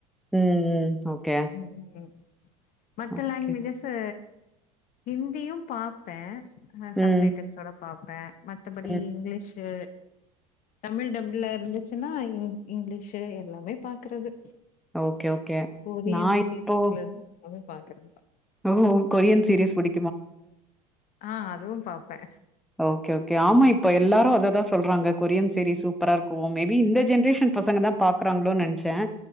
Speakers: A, in the centre; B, on the left (about 45°).
A: ம் ம் ஓகே
B: ம்ம் மத்த
A: ஓகே
B: லாங்வேஜ்ஜஸு ஹிந்தியும் பாப்பே ஆ சப்டைட்டில்ஸ்
A: ம்
B: ஓட பாப்பே மத்தபடி
A: ம்
B: இங்கிலீஷு தமிழ் டப்ல இருந்துச்சுன்னா இங்கிலீஷ் எல்லாமே பாக்குறது
A: ஓகே ஓகே
B: கொரியன்
A: நா இப்போ
B: சீரீயஸ்ல அது பார்கறது
A: ஓ கொரியன் சீரீஸ் புடி
B: ஆ அதுவும் பாப்பே
A: ஓகே ஓகே ஆமா இப்ப எல்லாரு அததா சொல்றாங்க கொரியன் சீரிஸ் சூப்பரா இருக்கும் மேபீ இந்த ஜென்ரேஷன் பசங்க தான் பாக்குறாங்களோ நெனச்சேன்.